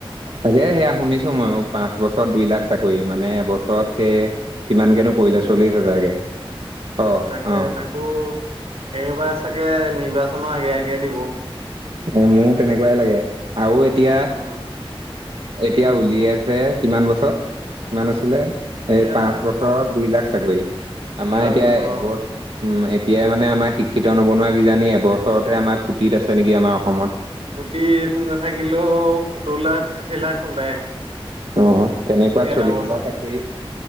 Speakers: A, on the right; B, on the right.
A: তাকে সেয়া শুনিছো ময়ো পাঁচ বছৰত দুই লাখ চাকৰি মানে এবছৰত সেই কিমানকে নো পৰিলে চলিশ হাজাৰকে। অ
B: তাকে,
A: অ
B: তাকো একেবাৰে চাগে নিৰ্বাচনৰ আগে আগে দিব।
A: এই মোৰ তেনেকুৱাই লাগে আৰু এতিয়া
B: উম
A: এতিয়া উলিয়াইছে কিমান বছৰত কিমান আছিলে?
B: এতিয়া
A: এই পাঁচ বছৰত দুই লাখ চাকৰি আমাৰ
B: পাঁচ
A: এতিয়া
B: বছৰ
A: এবছ
B: অ
A: উম, এতিয়া মানে আমাৰ শিক্ষিত নবনুৱা কিজানি এবছৰতে আমাৰ কোটিত আছে নেকি আমাৰ অসমত।
B: কোটিত নাথাকিলেও সত্তৰ লাখ ষাঠি লাখ ওলাই।
A: অ' তেনেকুৱাত
B: এটা
A: চলিছ
B: বছৰত।
A: হাজাৰ চাকৰি